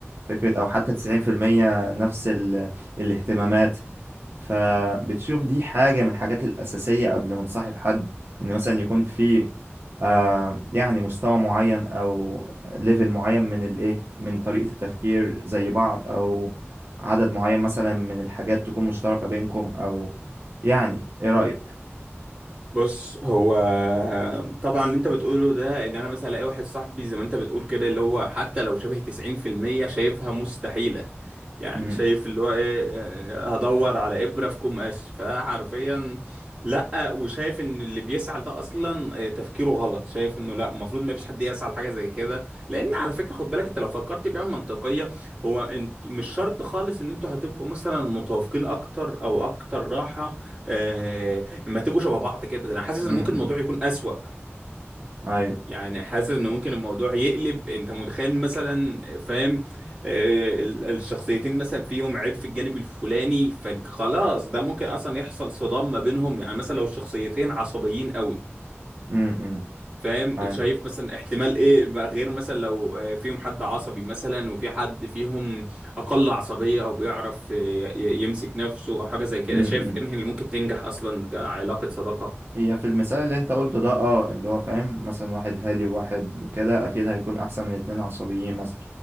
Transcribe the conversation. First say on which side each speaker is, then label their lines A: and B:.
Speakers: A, on the right (about 55°); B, on the right (about 20°).
A: فكرة أو حتى 90% نفس ال... الاهتمامات فبتشوف دي حاجة من الحاجات الأساسية قبل ما تصاحب حد إن مثلا يكون في آه يعني مستوى معين أو ليفل معين من الإيه من طريقة التفكير زي بعض أو عدد معين مثلا من الحاجات تكون مشتركة بينكم أو يعني إيه رأيك؟
B: بص هو طبعا اللي انت بتقوله ده ان انا مثلا الاقي واحد صاحبي زي ما انت بتقول كده اللي هو حتى لو شبه 90% شايفها مستحيلة يعني
A: أمم،
B: شايف اللي هو ايه آه، هدور على ابرة في كوم قش فده حرفيا لا وشايف ان اللي بيسعى ده اصلا آه، تفكيره غلط شايف انه لا المفروض ما فيش حد يسعى لحاجة زي كده لان على فكرة خد بالك انت لو فكرت بيها منطقية هو انت مش شرط خالص ان انتوا هتبقوا مثلا متوافقين اكتر او اكتر راحة آه، ما تبقوا شبه بعض كده انا حاسس
A: أمم،
B: ان ممكن الموضوع
A: أمم،
B: يكون اسوأ
A: أيوه
B: يعني حاسس ان ممكن الموضوع يقلب انت متخيل مثلا فاهم آه، ال- الشخصيتين مثلا فيهم عيب في الجانب الفلاني فخلاص ده ممكن اصلا يحصل صدام ما بينهم يعني مثلا لو الشخصيتين عصبيين قوي
A: أمم، أمم،
B: فاهم
A: أيوه
B: شايف مثلا احتمال ايه بقى غير مثلا لو آه، فيهم حد عصبي مثلا وفي حد فيهم اقل عصبية او بيعرف آه، ي- يمسك نفسه او حاجة زي كده
A: م-
B: شايف
A: م.
B: انهي اللي ممكن تنجح اصلا كعلاقة صداقة
A: هي في المثال اللي انت قلته ده اه اللي هو فاهم مثلا واحد هادي وواحد كده اكيد هيكون احسن من اتنين عصبيين مثلا